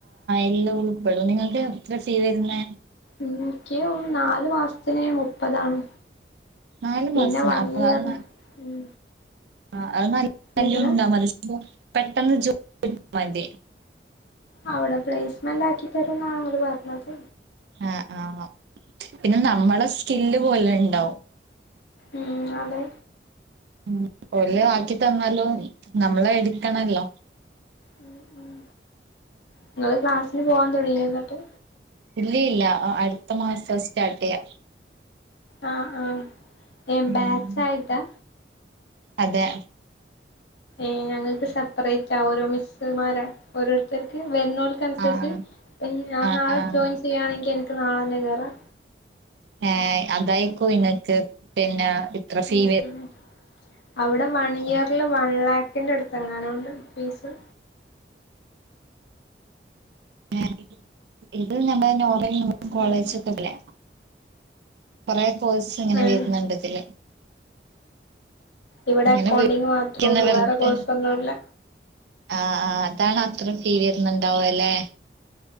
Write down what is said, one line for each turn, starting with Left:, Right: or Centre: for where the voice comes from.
Right: എല്ലംഉൾപ്പെടും നിങ്ങൾക്ക് എത്ര ഫീ വരുന്നെ?
Left: എനിക്ക് നാല് മാസത്തിന് മുപ്പതാണ്
Right: നാല്
Left: പിന്നെ
Right: മാസത്തിന്
Left: വൺ
Right: അപ്പൊ
Left: ഇയർ
Right: അത് ന
Left: ഉം
Right: ആഹ് അഅ് നല്ല
Left: എങ്ങനെ
Right: ഉണ്ടാ മത്സ്യന്റെ പെട്ടെന്ന് ജു <unintelligible> ന്റെ
Left: അവിടെ പ്ലേസ് മണ്ടാക്കിതരൂന്നാ ഓൽപറഞ്ഞത്.
Right: ആഹ് <inaudible> പിന്നെ നമ്മളെ സ്കില്ല് പോലെ ഇണ്ടാവും
Left: ഉം അതെ
Right: ഉം ഓൽ ആക്കി തന്നാലും നമ്മളെ എടുക്കണല്ലോ
Left: ഉം ഉം ഇങ്ങള് ക്ലാസ്സിന് പോവാൻ തുടങ്ങിയോന്നട്ട്
Right: ഇല്ലിഇല്ല അ അട്ത്ത മാസം സ്റ്റാർട്ടെയ്യാ.
Left: ആ ആ ഏമ്പാച്ചായിട്ടാ
Right: ഉം. അതെ
Left: ഏ ഞങ്ങക്ക് സെപ്പറേറ്റാ, ഓരോ മിസ്സ്മാരാ ഓരോരുത്തർക്ക് വരുന്നോൽക്കനുസരിച്ച്
Right: ആഹ്
Left: ഇനി ഞാൻ
Right: ആഹ്
Left: നാളെ
Right: ആഹ്
Left: ജോയിൻ ചെയ്യാണെങ്കി എനിക്ക് നാളെന്നെ കേറാ
Right: ഏ അതായിക്കു ഇങ്ങക്ക് പിന്നെ ഇത്ര സീവെ
Left: ഉം ഉം അവിടെ വണിയറില് വൺലാക്കിന്റെടു ത്തെങ്ങാനുണ്ട് ഫീസ്?
Right: ഏ ഇത് ഞമ്മെ നോബെ ഇനി മൊത്തം കോളേജൊക്കെല്ലേ
Left: ഉം ഉം
Right: പറേ കോഴ്സ് ഇങ്ങനെ
Left: ഏഹ്
Right: വരുന്നുണ്ടിതില്
Left: ഇവിടെ
Right: ഇങ്ങനെ
Left: അക്കൗണ്ടിങ്ങ് മാത്രേ
Right: വിളിക്കുന്ന
Left: ഉള്ളു
Right: വെറുതെ
Left: വേറെ കോഴ്സൊന്നുമില്ല
Right: ആഹ് ആഹ് അതാണ് അത്ര ഫീ വരുന്നുണ്ടാവ അല്ലെ